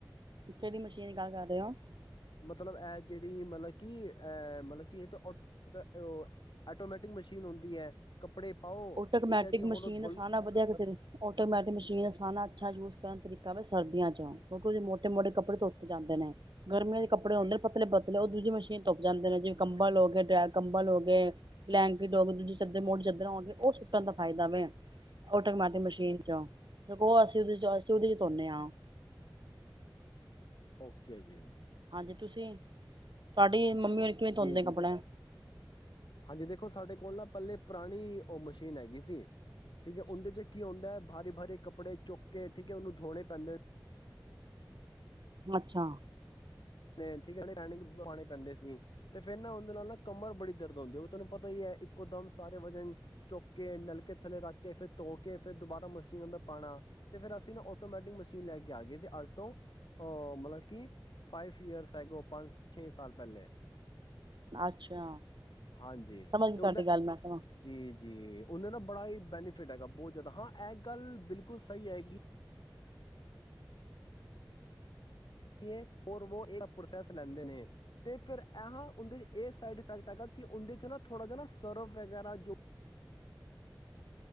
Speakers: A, on the right; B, on the left.
A: ਕਿਹੜੀ ਮਸ਼ੀਨ ਦੀ ਗਲ ਕਰ ਰਹੇ ਹੋ।
B: ਮਤਲਬ ਹੈ ਜਿਹੜੀ ਮਤਲਬ ਕਿ ਏ ਮਤਲਬ ਕਿ ਇਹ ਆਟੋਮੈਟਿਕ ਮਸ਼ੀਨ ਹੁੰਦੀ ਹੈ ਕੱਪੜੇ ਪਾਓ
A: ਆਟੋਮੈਟਿਕ
B: ਠੀਕ ਹੈ ਜੀ ਹੁਣ
A: ਮਸ਼ੀਨ
B: ਉਹ ਧੁਲ
A: ਦਾ ਸਾਰ ਨਾਲ ਵਧੀਆ ਤੇ ਫਿਰ, ਆਟੋਮੈਟਿਕ ਮਸ਼ੀਨ ਦਾ ਸਾਰ ਨਾਲ ਅੱਛਾ ਯੂਜ ਕਰਨ ਤਰੀਕਾ ਕਮ ਵੇ ਸਰਦੀਆਂ ਚ, ਕਿਉਂਕਿ ਉਹਦੇ ਮੋਟੇ- ਮੋਟੇ ਕੱਪੜੇ ਧੋਪੇ ਜਾਂਦੇ ਨੇ। ਗਰਮੀਆਂ ਦੇ ਕੱਪੜੇ ਹੁੰਦੇ ਨੇ ਪਤਲੇ- ਪਤਲੇ ਉਹ ਦੂਜੇ ਮਸ਼ੀਨ ਧੁੱਪ ਜਾਂਦੇ ਨੇ, ਜਿਵੇਂ ਕੰਬਲ ਹੋ ਗਏ, ਕੰਬਲ ਹੋ ਗਏ ਬਲੈਂਕਟ ਹੋ ਗਏ, ਦੂਜੇ ਚੱਦਰ ਮੋਟੇ ਚਾਦਰਰਾਂ ਹੋ ਗਈਆਂ। ਉਹ ਸੁੱਟਣ ਦਾ ਫਾਇਦਾ ਵੇ, ਆਟੋਮੈਟਿਕ ਮਸ਼ੀਨ ਚ, ਉਹ ਅਸੀਂ ਉਹਦੇ ਚ ਅਸੀਂ ਉਹਦੇ ਚ ਧੋਨਦੇ ਹਾਂ।
B: ਓਕੇ ਜੀ।
A: ਹਾਂਜੀ, ਤੁਸੀਂ, ਤੁਹਾਡੀ ਮੰਮੀ ਹੋਣੀ ਕਿਵੇਂ ਧੋਂਦੇ
B: ਜੀ-ਜੀ,
A: ਕੱਪੜੇ
B: ਤੇ ਹਾਂਜੀ ਦੇਖੋ ਸਾਡੇ ਕੋਲ ਨਾ ਪਹਲੇ ਪੁਰਾਣੀ ਉਹ ਮਸ਼ੀਨ ਹੈਗੀ ਸੀ। ਠੀਕ ਹੈ ਉਹਦੇ ਚ ਕੀ ਹੁੰਦਾ ਹੈ ਭਾਰੀ-ਬਾਰੀ ਕੱਪੜੇ ਚੁੱਕ ਕੇ ਠੀਕ ਹੈ ਉਹਨੂੰ ਧੋਣੇ ਪੈਂਦੇ
A: ਅੱਛਾ।
B: ਤੇ ਠੀਕ ਹੈ ਨਾ, ਪਾਉਣੇ ਪੈਂਦੇ ਸੀ ਤੇ ਫਿਰ ਨਾ ਉਹਦੇ ਨਾਲ ਨਾ ਕਮਰ ਬੜੀ ਦਰਦ ਹਉਂਦੀ, ਉਹ ਤੁਹਾਨੂੰ ਪਤਾ ਹੀ ਹੈ ਇੱਕੋ ਦਮ ਸਾਰੇ ਵਜਨ ਚੁੱਕ ਕੇ ਨਲਕੇ ਥੱਲੇ ਰੱਖ ਕੇ, ਫਿਰ ਧੋ ਕੇ ਫਿਰ ਦੁਬਾਰਾ ਮਸ਼ੀਨਾਂ ਅੰਦਰ ਪਾਉਣਾ ਤੇ ਫਿਰ ਅਸੀਂ ਨਾ ਆਟੋਮੈਟਿਕ ਮਸ਼ੀਨ ਲੈ ਕੇ ਆ ਗਏ ਸੀ। ਅੱਜ ਤੋਂ ਅਹ ਮਤਲਬ ਕਿ ਫਾਈਵ ਈਅਰਸ ਐਗੋ, ਪੰਜ ਛੇ ਸਾਲ ਪਹਿਲੇ।
A: ਅੱਛਾ।
B: ਹਾਂਜੀ
A: ਸਮਝ ਗਈ
B: ਤੇ
A: ਤੁਹਾਡੀ
B: ਉਹਦਾ,
A: ਗੱਲ ਮੈਂ ਸਮ
B: ਜੀ-ਜੀ, ਉਹਦੇ ਨਾ ਬੜਾ ਹੀ ਬੈਨੀਫਿਟ ਹੈਗਾ ਬਹੁਤ ਜ਼ਿਆਦਾ ਹਾਂ ਇਹ ਗੱਲ ਬਿਲਕੁਲ ਸਹੀ ਹੈਗੀ ਐ ਉਹ ਇੱਕ ਪ੍ਰੋਸੈਸ ਲੈਂਦੇ ਨੇ ਤੇ ਫਿਰ ਇਹਾਂ ਉਹਦੇ 'ਚ ਇਹ ਸਾਈਡ ਇਫੈਕਟ ਹੈਗਾ ਕਿ ਉਹਦੇ 'ਚ ਨਾ ਥੋੜ੍ਹਾ ਜਿਹਾ ਨਾ ਸਰਵ ਵਗੈਰਾ ਜੋ